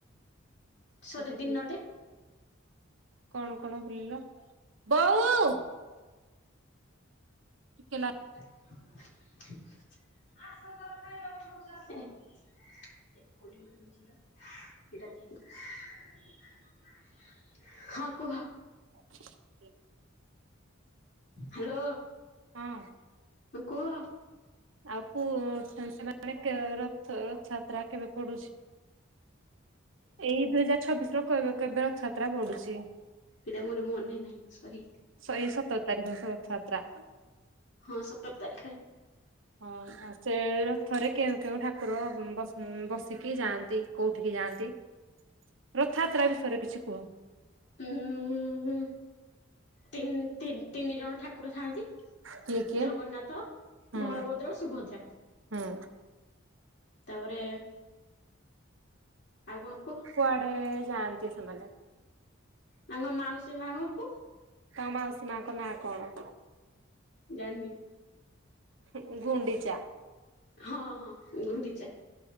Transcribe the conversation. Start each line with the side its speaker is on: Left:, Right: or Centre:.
Left: ସରି
Right: ଦି
Left: ଦିନଟେ
Right: ଦିନି କଣ କଣ ବୁଲିଲ? ବୋହୁ। ଟିକେ ଲା
Left: ଆ <unintelligible> ହଁ କୁହ।
Right: ହ
Left: ହ୍ୟାଲୋ।
Right: ହଁ।
Left: କୁହ।
Right: ଆଉ ପୁଅ <unintelligible> ରଥଯାତ୍ରା କେବେ ପଡୁଛି? ଏଇ ଦୁଇ ହଜାର ଛବିଶର କେବ କେବେ ରଥଯାତ୍ରା ପଢୁଛି?
Left: ସେଇଟା ମୋର ମନେ ନାହିଁ ସରି।
Right: ସ ଏଇ ସତର ତାରିଖ ରଥଯାତ୍ରା।
Left: ହଁ ସତର ତାରିଖରେ।
Right: ହଁ। ସେ ରଥରେ କେଉଁ କେଉଁ ଠାକୁର ବ-ବସିକି ଯାଆନ୍ତି କୋଉଠିକି ଯାଆନ୍ତି? ରଥଯାତ୍ରା ବିଷୟରେ କିଛି କୁହ?
Left: ଉଁ ମୁଁ ବି ତି-ତିନି ଜଣ ଠାକୁର ଥାଆନ୍ତି।
Right: କିଏ କିଏ
Left: ଜଗନ୍ନାଥ
Right: ହୁଁ
Left: ବଳଭଦ୍ର ସୁଭଦ୍ରା।
Right: ହୁଁ
Left: ତାପରେ ଆଉ କଣ କୁହ?
Right: କଡେ ଯାଆନ୍ତି ସେମାନେ?
Left: ତାଙ୍କ ମାଉସୀ ମା ଘରକୁ।
Right: ତ ମାଉସୀ ମାଙ୍କ ନାଁ କଣ?
Left: ଜାଣିନି।
Right: ହୁଁ ଘୁଣ୍ଡିଚା।
Left: ହଁ ହଁ ଗୁଣ୍ଡିଚା।